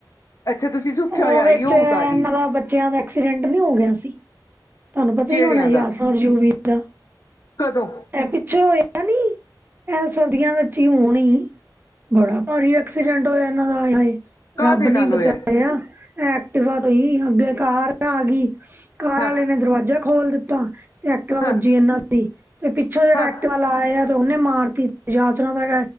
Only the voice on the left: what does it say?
ਅੱਛਾ ਤੁਸੀਂ ਸੁੱਖਿਆ
ਹੋਇਆ
ਆਈ ਉਹ
ਉਤਾਰੀ
ਕਿਹੜਿਆਂ
ਦਾ
ਕਦੋਂ?
ਕਾਹਦੇ
ਨਾਲ
ਹੋਇਆ
ਹਾਂ
ਹਾਂ
ਹਾਂ